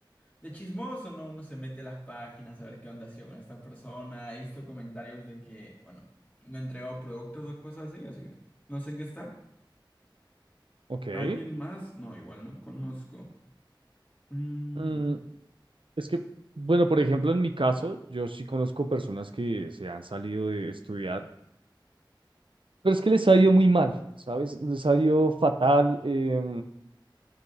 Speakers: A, on the left; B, on the right.
A: de chismoso, ¿no? Uno se mete a las páginas a ver qué onda ha sido con esta persona. He visto comentarios de que, bueno, no ha entregado productos o cosas así, así que no sé en qué está.
B: ok.
A: ¿Alguien más? No, igual no conozco. Mm,
B: Mm, es que, bueno, por ejemplo, en mi caso, yo sí conozco personas que se han salido de estudiar, pero es que les ha ido muy mal, ¿sabes? Les ha ido fatal, eh,